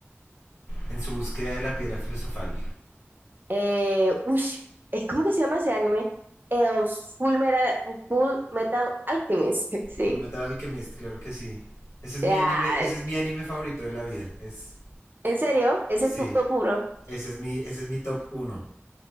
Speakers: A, on the left (about 80°); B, on the right (about 45°).
A: en su búsqueda de la piedra filosofal?
B: Eh, uy, es ¿cómo que se llama ese anime? El Full Metal, Full Metal Alchemist. <laughs> Sí.
A: Full Metal Alchemist, claro que sí. Ese es
B: Ya,
A: mi anime, ese es mi anime favorito de la vida. Es,
B: ¿en serio? ¿Ese
A: sí,
B: es tu top uno?
A: ese es mi, ese es mi top uno